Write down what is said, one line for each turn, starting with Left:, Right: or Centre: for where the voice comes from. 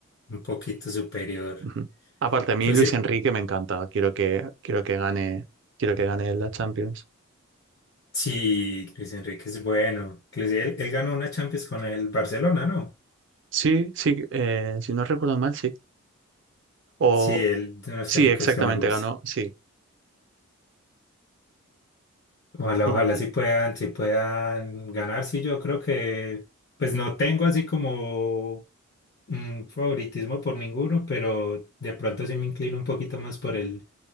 Left: un poquito superior.
Right: Ujú. Aparte, a
Left: Inclusive,
Right: mí Luis Enrique me encanta, quiero que, quiero que gane, quiero que gane la Champions.
Left: sí, Luis Enrique es bueno. Inclusive él, él ganó una Champions con el Barcelona, ¿no?
Right: Sí, sí, eh, si no recuerdo mal, sí. O
Left: Sí, él de los
Right: sí,
Left: técnicos
Right: exactamente,
Left: que me gusta.
Right: ganó, sí.
Left: Ojalá,
Right: Y
Left: ojalá sí puedan, sí puedan ganar. Sí, yo creo que, pues no tengo así como un favoritismo por ninguno, pero de pronto sí me inclino un poquito más por el,